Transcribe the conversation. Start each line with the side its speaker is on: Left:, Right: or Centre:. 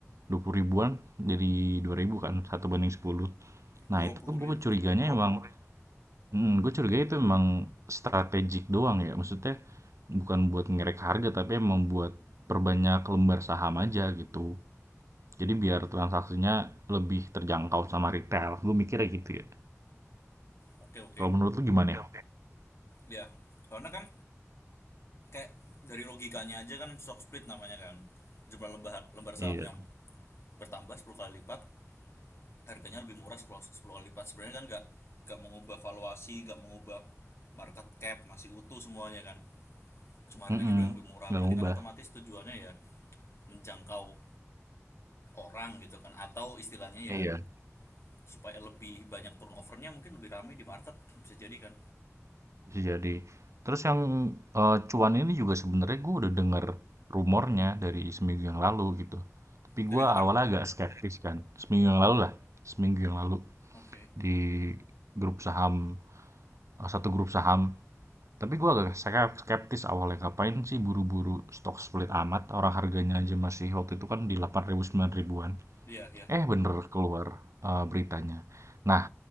Right: dua puluh ribuan jadi dua ribu kan, satu banding 10. Nah,
Left: Dua
Right: itu
Left: puluh
Right: gue
Left: ribu
Right: curiganya
Left: jadi. Oh.
Right: emang, hmm, gue curiga itu emang strategik doang ya. Maksudnya bukan buat ngerek harga, tapi emang buat perbanyak lembar saham aja gitu. Jadi biar transaksinya lebih terjangkau sama retail. Gue mikirnya gitu ya.
Left: Oke oke.
Right: Kalau menurut lu gimana ya?
Left: Iya. Soalnya kan kayak dari logikanya aja kan stock split namanya kan. Jumlah lembar lembar sahamnya
Right: Iya.
Left: bertambah 10 kali lipat harganya lebih murah 10, 10 kali lipat sebenarnya kan nggak nggak mengubah valuasi nggak mengubah market cap masih utuh semuanya kan cuma harganya
Right: Mm-mm.
Left: doang yang lebih murah
Right: Nggak
Left: berarti
Right: ngubah.
Left: kan otomatis tujuannya ya menjangkau orang gitu kan atau istilahnya
Right: Iya.
Left: ya supaya lebih banyak turnovernya mungkin lebih ramai di market bisa jadi kan
Right: Bisa jadi. Terus yang, eee, cuan ini juga sebenarnya gue udah denger rumornya dari seminggu yang lalu gitu. Tapi
Left: dari
Right: gua
Left: kapan
Right: awalnya agak skeptis kan, seminggu yang lalu lah, seminggu yang lalu
Left: oke
Right: di grup saham, eee, satu grup saham. Tapi gua agak skep skeptis awalnya, ngapain sih buru-buru stok split amat, orang harganya aja masih waktu itu kan di delapan ribu sembilan ribuan
Left: iya iya
Right: Eh, bener keluar eh, beritanya. Nah,